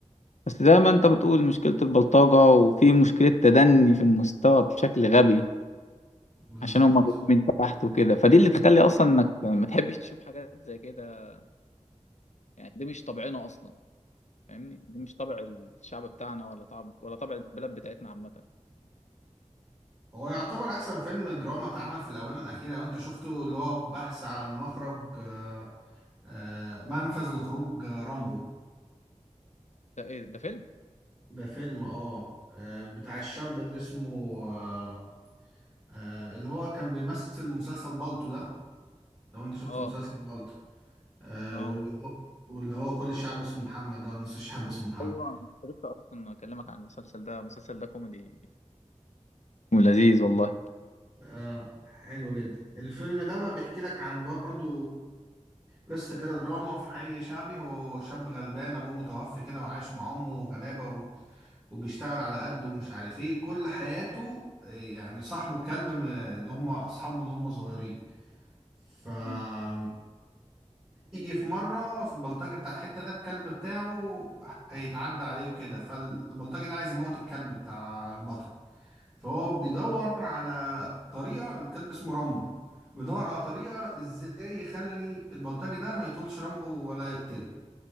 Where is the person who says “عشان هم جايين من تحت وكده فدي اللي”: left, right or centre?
Left